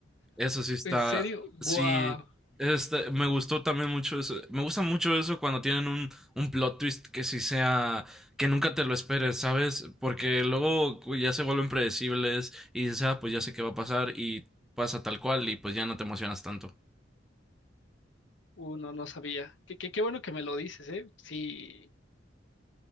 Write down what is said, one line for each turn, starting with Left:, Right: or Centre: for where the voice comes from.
Centre: Eso sí está,
Left: ¿En serio? Guau,
Centre: sí, este, me gustó también mucho eso. Me gusta mucho eso cuando tienen un, un plot twist que sí sea, que nunca te lo esperes, ¿sabes? Porque luego cu- ya se vuelven predecibles y dices, ah, pues ya sé qué va a pasar y pasa tal cual y pues ya no te emocionas tanto.
Left: uno no no sabía. Qué, qué, qué bueno que me lo dices, ¿eh? Sí,